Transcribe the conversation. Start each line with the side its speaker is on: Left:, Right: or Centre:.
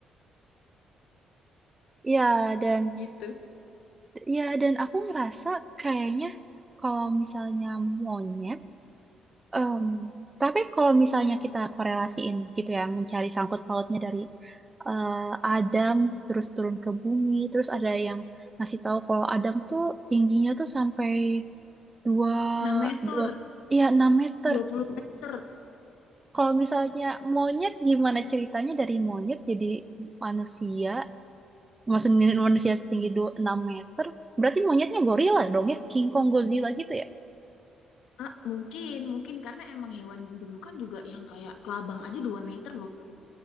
Right: ya dan
Left: gitu.
Right: ya dan aku ngerasa kayaknya kalau misalnya monyet Em, tapi kalau misalnya kita korelasiin gitu ya, mencari sangkut pautnya dari eh, Adam terus turun ke bumi, terus ada yang ngasih tahu kalau Adam tuh tingginya tuh sampai dua
Left: 6 meter,
Right: dua ya 6 meter.
Left: 20 meter.
Right: Kalau misalnya monyet gimana ceritanya dari monyet jadi manusia, maksudnya manusia setinggi dua, 6 meter, berarti monyetnya gorila dong ya, King Kong Godzilla gitu ya.
Left: Ah, mungkin, mungkin karena emang hewan dulu kan juga yang kayak kelabang aja 2 meter loh.